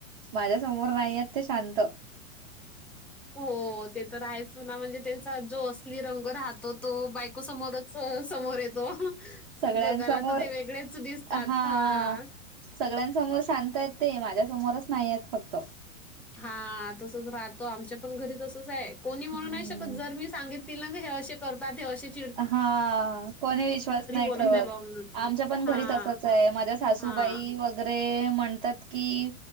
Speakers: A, on the right; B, in the centre.
A: माझ्यासमोर नाहीयेत ते शांत
B: हो ते तर आहेच म्हणा म्हणजे त्यांचा जो असली रंग राहत तो तो बायको समोरच अ समोर येतो.
A: सगळ्यांसमोर
B: जगाला त ते वेगळेच दिसतात
A: हा
B: हां
A: सगळ्यांसमोर शांतयेत ते माझ्यासमोरच नाहीयेत फक्त
B: हां तसच राहतो आमचे पण घरी तसच हाय कोणी म्हणू
A: हम्म
B: नाय शकत जर मी सांगित की ना ते हे अशे करतात हे अशेच
A: हां कोणी विश्वास नाय
B: बोलत
A: ठेवत
B: आहे बा म्हणून.
A: आमच्या पण घरी
B: हां,
A: तसंच तय माझ्या सासूबाई
B: हां.
A: वगैरे म्हणतात की,